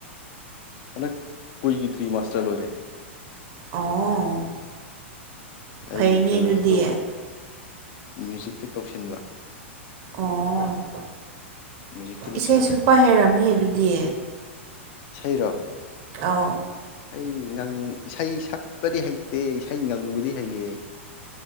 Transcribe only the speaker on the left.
ꯍꯟꯗꯛ ꯀꯣꯏꯒꯤ ꯊ꯭ꯔꯤ ꯃꯥꯁꯇꯔ ꯂꯣꯏꯔꯦ
ꯑꯩꯅ
ꯀꯩꯅꯣꯗ
ꯇꯧꯕ ꯃ꯭ꯌꯨꯖꯤꯛꯇ ꯇꯧꯁꯤꯟꯕ
ꯃ꯭ꯌꯨꯖꯤꯛꯇ ꯂꯣꯏꯁꯤꯜꯂꯦ
ꯁꯩꯔꯣ
ꯑꯩ ꯏꯁꯩ ꯁꯄꯗꯤ ꯍꯩꯇꯦ ꯏꯁꯩ ꯉꯪꯕꯨꯗꯤ ꯍꯩꯌꯦ